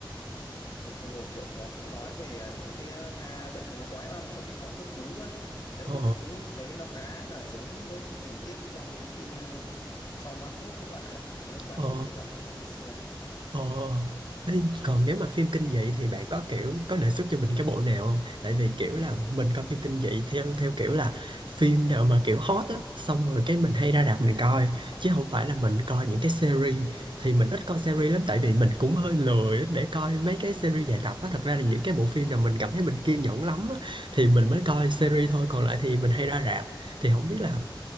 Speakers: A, on the left (about 50°); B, on the right (about 65°).
A: ừ, xong rồi kiểu nó cũng nói về à, những cái à, ca bệnh nó oái oăm ở cái phòng cấp cứu á đấy
B: ờ
A: thì mình cũng thấy nó khá là giống với cái tình tiết trong cái phim ờ, Trauma Code của bạn á nếu mà bạn
B: ờ
A: thích thì bạn cũng có thể xem
B: Ồ, ê, còn nếu mà phim kinh dị thì bạn có kiểu có đề xuất cho mình cái bộ nào không? Tại vì kiểu là mình coi phim kinh dị theo theo kiểu là phim nào mà kiểu hot á, xong rồi cái mình hay ra rạp mình coi chứ không phải là mình coi những cái series thì mình ít coi series lắm tại vì mình cũng hơi lười để coi mấy cái series dài tập á. Thật ra là những cái bộ phim nào mình cảm thấy mình kiên nhẫn lắm á, thì mình mới coi series thôi, còn lại thì mình hay ra rạp. Thì không biết là